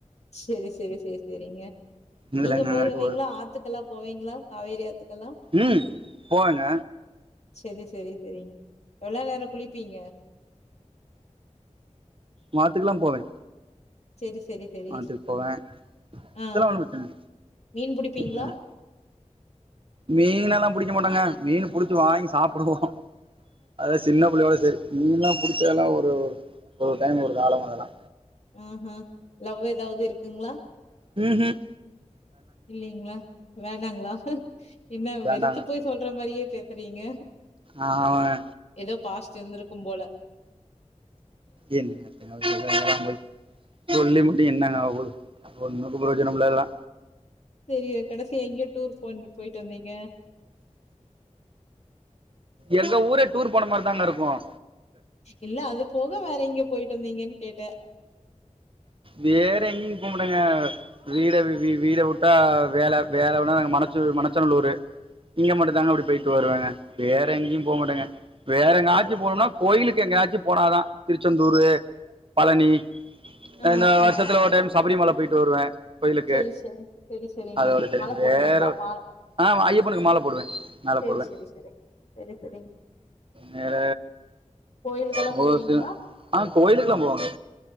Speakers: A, on the left; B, on the right.
A: செரி செரி செரி செரிங்க
B: இதுல
A: நீங்க
B: என்னங்க
A: போகுவீங்ளா
B: இருக்க போது
A: ஆத்துக்கெல்லா போவீங்ளா காவேரி ஆத்து கல்லா
B: ம் போவேங்க
A: செரி செரி செரிங்க எவ்ல நேரொ குளிப்பீங்க
B: மாத்துக்குலா போவே
A: செரி செரி செரி
B: மாத்துக் போவே
A: ஆ
B: இதெல்லா ஒண்ணு ப்ரச்சன
A: மீன் புடிப்பீங்களா
B: இல்ல ஆஹ் மீனெல்லா புடிக்க மாட்டொங்க மீனு புடுச்சு வாங்கி சாப்டுவோ அத சின்ன புள்ளயோட செரி மீன்ல்லா புடுச்சதெல்லா ஒரு ஒரு ஒரு டைம் ஒரு காலம் அதல்லா
A: ஆஹ் ஹ்ம் லவ் எதாவுது இருக்குங்ளா
B: ம்ஹம்
A: இல்லைங்ளா வேண்டாங்ளா என்ன
B: வேண்டாங்க
A: வெறுத்து போய் சொல்ற மாரியே பே செரீங்க
B: ஆ ஆமாங்க
A: எதோ பாஸ்ட் இருந்துருக்கும் போல
B: என்னத்த <inaudible> சொல்லி மு ப்டி என்னாங்க ஆவ போது அது ஒண்ணுக்கு பிரயோஜனம் இல்ல அதெல்லா
A: சரிய கடைசி எங்க டூர் <inaudible> போயிட்டு வந்தீங்க
B: எங்க ஊரே டூர் போன மாரிதாங்க இருக்கும்
A: இல்ல அது போக வேற எங்க போயிட்டு வந்தீங்கன்னு கேட்டே
B: வேற எங்கேயும் போக மாட்டங்க வீட வீ வீ விடாவுட்ட வேல வேல வேனா நாங்க மனச்சு மனச்சநல்லூரு இங்க மட்டும் தாங்க அப்டி போயிட்டு வருவாங்க வேற எங்கேயும் போக மாட்டேங்க வேற எங்கயச்சி
A: செரி
B: போனும்னா கோயிலுக் எங்காச்சும் போனாதா திருச்செந்தூர் பழனி
A: ஆ
B: இந்த
A: ஆ
B: வர்ஷத்துல ஒரு டைம் சபரிமல போய்ட்டு வருவே கோயிலுக்கு
A: செரி செரி செரி செரிங்க
B: அதோட சரி
A: மால போடுவீங்களா
B: வேற
A: மா
B: ஆமா ஐயப்பனுக்கு மால போடுவே மால
A: செரி
B: போடுவே
A: செரி செரிங்க செரி செரிங்க
B: வேற
A: கோயிலுக்கெல்லா
B: <unintelligible>
A: போவீங்களா
B: ஆஹ் கோயிலுக்குல்லா போவாங்க